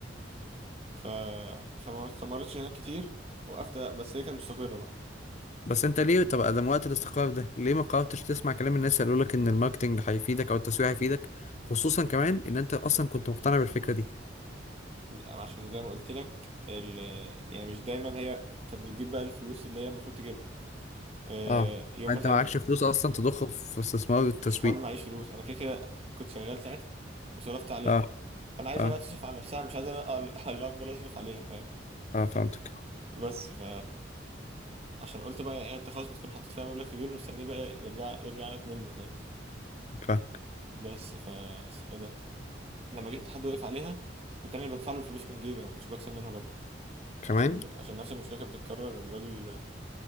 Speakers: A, on the right; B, on the left.
A: ف فما استمرتش هناك كتير وقفت بس هي كانت مستقره بقى
B: بس انت ليه طب ادم وقت الاستقرار ده ليه ما قررتش تسمع كلام الناس اللي يقولك ان الماركتنج هيفيدك او التسويق هيفيدك خصوصا كمان ان انت اصلا كنت مقتنع بالفكره دي
A: عشان زي ما قلت لك ال... يعني مش دايما هي كانت بتجيب بقى الفلوس اللي هي المفروض تجيبها آه،
B: اه
A: يوم
B: انت
A: مثلا
B: معكش فلوس اصلا تضخ في استثمار التسويق
A: مش حوار معيش فلوس انا كده كده كنت شغال ساعتها وصرفت عليها
B: اه
A: فانا عايزها
B: اه
A: بقى تصرف على نفسها مش عايز انا أ- <laughs> اللي افضل اصرف عليها فاهم
B: اه فهمتك
A: بس ف عشان قلت بقى يعني انت خلاص بتكون حاطط فيها مبلغ كبير مستنيه بقى يرجع يرجع لك منه فاهم
B: فاهم
A: بس ف اسمه إيه ده لما جبت حد وقف عليها كنت انا اللي بدفع له الفلوس من جيبي ما كنتش بكسب منها برضه
B: كمان
A: عشان عشان نفس المشكله كانت بتتكرر الراجل